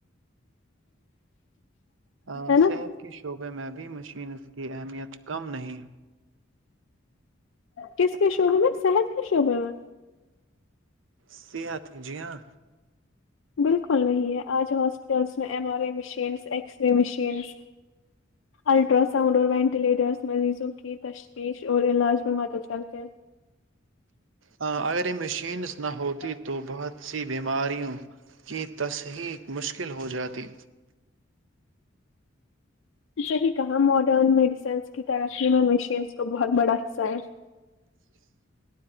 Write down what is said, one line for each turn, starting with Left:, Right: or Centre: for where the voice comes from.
Right: ا
Left: ہے نا
Right: صحت کے شعبے میں بھی مشینس کی اہمیت کم نہیں
Left: کس کےشعبے میں صحت کی شعبے میں
Right: صحت جی ہاں
Left: بالکل نہیں ہے آج ہاسپٹلس میں M R I machines X کے مشینس الٹراساؤنڈ اور وینٹیلیٹرس مریضوں کی وپش اور علاج میں مدد کرتے
Right: ہاں اگر یہ مشینس
Left: ہیں
Right: نہ ہوتی تو بہت سی بیماریوں کی تصحیق مشکل ہو جاتی
Left: صحی کہاں ماڈرن میڈیسنس کی ترقی میں مشینس کو بہت بڑا سر